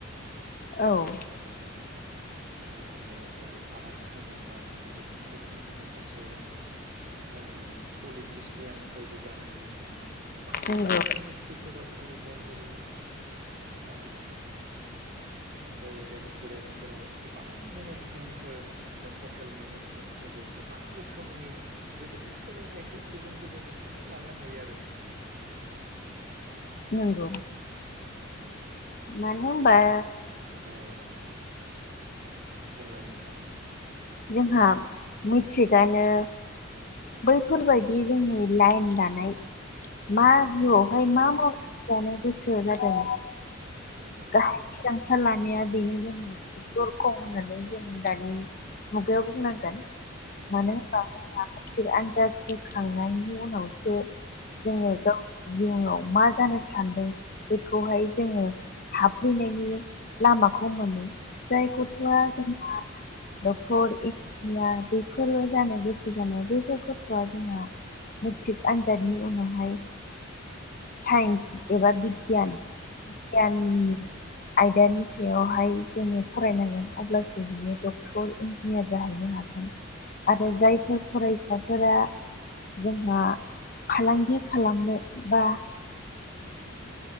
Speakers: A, on the left; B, on the right.
A: औ
B: आरो आरो जोङो ओरै आर्ट्स होनोब्ला जोङो गोबां रोखोमनि माखासे ओ पलिटिसियानफोरबो जानो हायो जोङो गोबां
A: नंगौ
B: माखासे इन्डास्ट्रि फोर सालायग्रा जेरै ओ बै रेस्टुरेन्टफोराव गोबां मेनेजमेन्टफोर जों हटेल मेनेजमेन्टफोरबो गोबां रोखोमनि बेबायदिनो सोलोंथाइखौ गुबुन गुबुन रोखोम नो लानो हायो आरो नोंथां
A: नंगौ मानो
B: आरो
A: होनबा
B: बेजों लोगोसे औ नोंथां बुंलाय नोंथां
A: जोंहा मेट्रिकआनो बैफोरबायदि जोंनि लाइन लानाय मा
B: नंगौ
A: जिउआवहाय
B: नंगौ
A: मा मावो जानो गोसो जादों
B: नोंगौ
A: आ थिरांथा लानाया बेनो जोंनि मोन से दरखं होननानै जों दानि मुगायाव बुंनांगोन
B: नंगौ
A: मानो होनबा
B: नंगौ
A: जोंहा थिग आनजाद होखांनायनि उनावसो जोङो
B: नंगौ
A: गाव जिउआव मा जानो सानदों बेखौहाय जोङो हाबफैनायनि लामाखौ मोनो जाय गथ'आ
B: नंगौ
A: जेनेबा डक्टर इन्जिनियार बेफोरबो जानो गोसो जानाय बैफोर गथ'आ जोंहा मेट्रिक आनजादनि उनावहाय साइन्स एबा बिगियान बिगान
B: नंगौ
A: आयदानि सायावहाय जोङो फरायनांगोन अब्लासो बियो डक्टर इन्जिनियार जाहैनो हागोन
B: नंगौ
A: आरो जायफोर
B: नंगौ
A: फरायसाफोरा जोंहा फालांगि खालामनो बा
B: नगौ